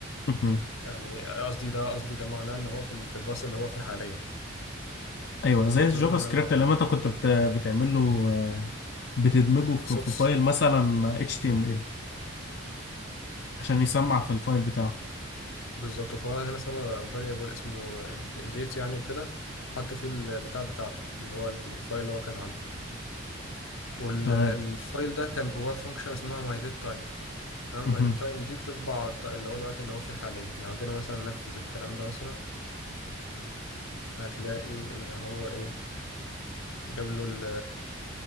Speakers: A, on the left (about 55°); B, on the left (about 75°).
A: مهم.
B: يعني قصدي ده قصدي ده معناه ان هو في ال- في الباص اللي هو فيه حاليا
A: ايوه زي
B: النقطه
A: الجافا
B: دي معناها
A: سكريبت
B: ان هو
A: اللي انت كنت بت- بتعمله آه، بتدمجه في
B: سورس
A: في فايل مثلا HTML عشان يسمع في الفايل بتاعه
B: بالظبط فهو هنا اسمه فاريبل اسمه ديت يعني وكده حط فيه البتاع بتاعته اللي هو الفايل اللي هو كان عامله والفايل
A: تمام
B: ده كان جواه فانكشن اسمها my date تمام
A: مهم.
B: ميت التايم دي بتطبع الط- اللي هو الوقت اللي هو فيه حاليا لو جينا مثلا ننفذ الكلام ده مثلا هتلاقي ان هو ايه جاب له ال-